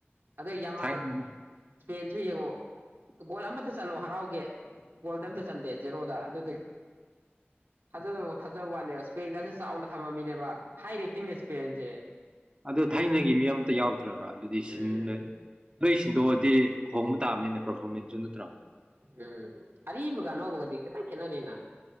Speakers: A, on the right; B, on the right.
A: ꯑꯗꯣ ꯌꯥꯝꯃꯥ
B: ꯊꯥꯏꯅꯒꯤ
A: ꯦꯟꯁꯨ ꯌꯦꯡꯉꯑꯣ ꯒꯣꯜ ꯑꯃꯇ ꯆꯠꯂꯣ ꯍꯔꯥꯎꯒꯦ ꯒꯣꯜꯗ ꯑꯝꯇ ꯆꯟꯗꯦ ꯖꯦꯔꯣꯗ ꯑꯗꯨ ꯊꯥꯖꯕ ꯊꯥꯖꯕ ꯋꯥꯠꯂꯦꯕ ꯏꯁꯄꯦꯟꯒꯁꯨ ꯆꯥꯎꯅ ꯊꯝꯃꯝꯃꯤꯅꯦꯕ ꯍꯥꯏ ꯔꯦꯇꯤꯡꯅꯦ ꯏꯁꯄꯦꯟꯁꯦ
B: ꯑꯗꯨ ꯊꯥꯏꯅꯒꯤ ꯃꯤ ꯑꯇ ꯌꯥꯎ ꯅꯠꯇ꯭ꯔꯒ ꯑꯗꯨꯗꯤ
A: ꯎꯝ
B: ꯁꯤ ꯅ ꯅꯣꯏ ꯁꯤꯟꯗꯣꯛꯑꯗꯤ ꯍꯣꯡꯕ ꯇꯥꯕꯅꯤꯅ ꯄꯔꯐꯣꯔꯃꯦꯟꯁ ꯆ ꯇ꯭ꯔꯥ
A: ꯎꯝ ꯑꯔꯤꯕꯒ ꯑꯅꯧꯕꯒꯗꯤ ꯈꯤꯇꯪ ꯈꯦꯠꯅꯅꯤꯅ